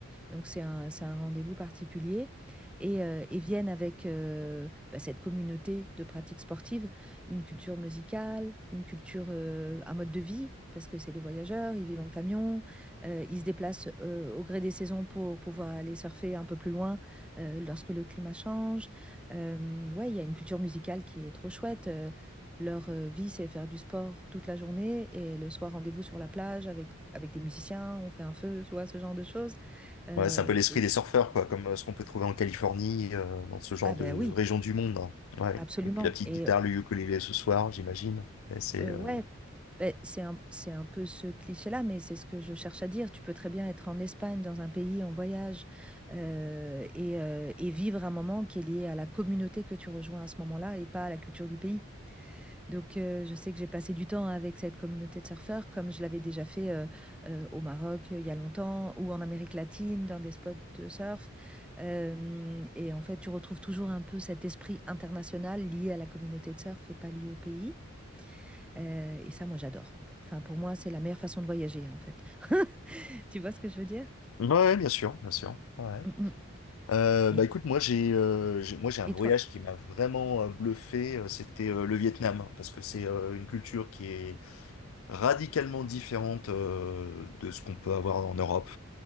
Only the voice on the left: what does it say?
Ouais, c'est un peu l'esprit
des surfeurs, quoi, comme euh, ce qu'on peut trouver en Californie, euh, dans ce genre
de
région du monde. hein. Ouais.
Et puis la petite
guitare, le ukulélé ce soir, j'imagine. Mais c'est,
euh,
Ouais, ouais, bien sûr, bien sûr. Ouais.
Euh,
bah écoute, moi j'ai euh, j'ai- moi j'ai un
voyage
qui m'a vraiment euh, bluffé, euh, c'était euh, le Vietnam, hein, parce que c'est euh, une culture qui est radicalement différente euh, de ce qu'on peut avoir en Europe.